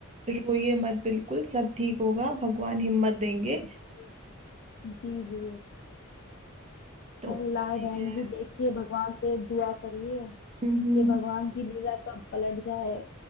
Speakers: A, on the right (about 30°); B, on the left (about 50°).
A: रोइए मत बिल्कुल सब ठीक होगा भगवान हिम्मत देंगे
B: जी जी जी
A: तो
B: चल रहा
A: वही
B: है बहन
A: है।
B: जी देखिए भगवान से दुआ करिए
A: हम्म
B: कि भगवान की लीला कब पलट जाए